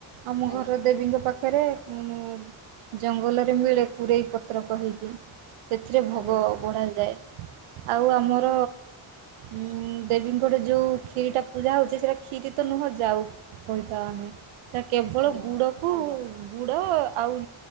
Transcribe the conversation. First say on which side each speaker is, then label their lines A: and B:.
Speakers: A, on the right; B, on the right.
A: ଆମ
B: ଆଜ୍ଞା
A: ଘର ଦେବୀଙ୍କ ପାଖରେ ଉ ଜଙ୍ଗଲରେ ମିଳେ। କୂରେଇ ପତ୍ରକ କାହିଁକି ସେଥିରେ ଭୋଗ
B: ଆଜ୍ଞା
A: ବଢ଼ାଯାଏ। ଆଉ ଆମର ଉଁ ଦେବୀଙ୍କ ଠି ଯୋଉ ଖିରି ଟା ପୂଜା ହଉଛି ସେଇଟା କ୍ଷୀରି ତ ନୁହଁ ଯାଉ। କହିଥାଉ ଆମେ। ତା କେବଳ
B: ଆଜ୍ଞା
A: ଗୁଡ଼କୁ ଗୁଡ଼ ଆଉ